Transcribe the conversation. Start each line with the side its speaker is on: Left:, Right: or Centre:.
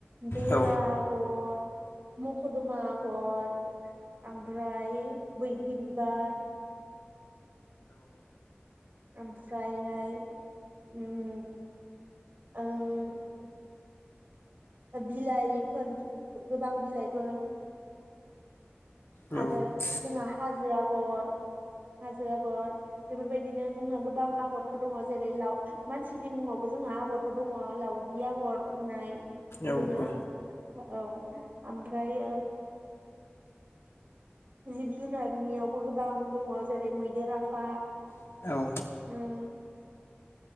Right: बेरा
Left: औ
Right: आगर मख'दमा आगर ओमफ्राय बैग्रि बिबार ओमफ्रायहाय ओम ओ बिलाइफोर गोबां बिलाइफोर
Left: औ
Right: आरो जोंहा हाजो आगर हाजो आगर बेफोरबायदिनो जोंहा गोबां आगरफोर दङ जेरै लाव मानसिनि मुङावबो जोंहा आगरफोर दङ लावगि आगर होननाय।
Left: औ
Right: जोंहा
Left: औ।
Right: औ ओमफ्राय ओ जिब जुनारनियावबो गोबां दङ जेरै मैदेर आफा ओ
Left: औ औ